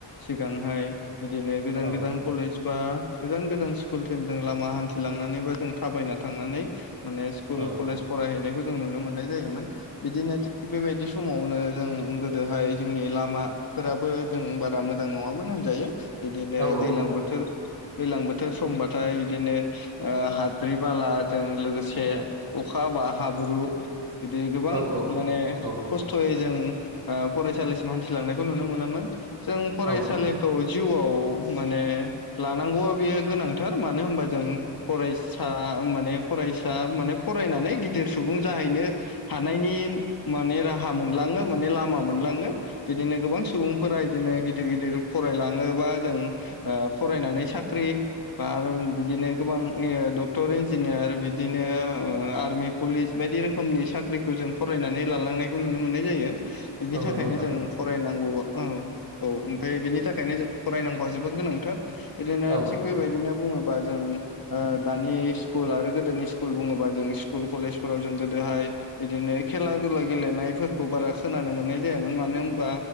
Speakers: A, on the left; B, on the right.
A: सिगांहाय इदिनो गोदान-गोदान
B: औ
A: कलेज बा गोजान-गोजान स्कुलसिम जों लामा हान्थिलांनानै बा जों थाबायना थांनानै माने स्कुल
B: औ
A: कलेज फरायहैनायखौ जों नुनो मोननाय जायो जायोमोन बिदिनो थिख बेबायदि समावनो जों गोदोहाय जोंनि लामाफोराबो जों बारा मोजां नङामोन होनजायो बिदिनो
B: औ
A: दैज्लां बोथोर दैज्लां बोथोर समबाथाय बिदिनो हाद्रि-बाला जों लोगोसे अखा हाबा हाब्रु बिदि गोबां
B: औ
A: माने
B: नंगौ
A: खस्थ'यै जों फरायसालिसिम हान्थिलांनायखौ नुनो मोनोमोन जों फरायसालिखौ
B: औ
A: जिउआव माने लानांगौआ बेयो गोनांथार मानो होनबा जों फरायसा माने फरायसा माने फरायनानै गिदिर सुबुं जाहैनो हानायनि माने राहा मोनलाङो माने लामा मोनलाङो बिदिनो गोबां सुबुंफोरा बिदिनो गिदिर-गिदिर फरायलाङोब्ला जों फरायनानै साख्रि बा बिदिनो गोबां डक्टर इन्जिनियार बिदिनो आर्मि पुलिस बायदि रोखोमनि साख्रिखौ जों फरायनानै लालांनायखौ नुनो मोननाय जायो बिनिथाखायनो
B: औ नंगौ नोंथां
A: जों फरायनांगौ <unintelligible> ब औ औ ओमफ्राय बेनि थाखायनो जों फरायनांगौआ जोबोद गोनांथार ओरैनो
B: औ
A: थिग बेबायदिनो बुङोबा जों दानि स्कुल आरो गोदोनि स्कुल बुङोबा जों स्कुल कलेजफोराव जों गोदोहाय बिदिनो खेला दुला गेलेनायफोरखौ बारा खोनानो मोननाय जायामोन मानो होनबा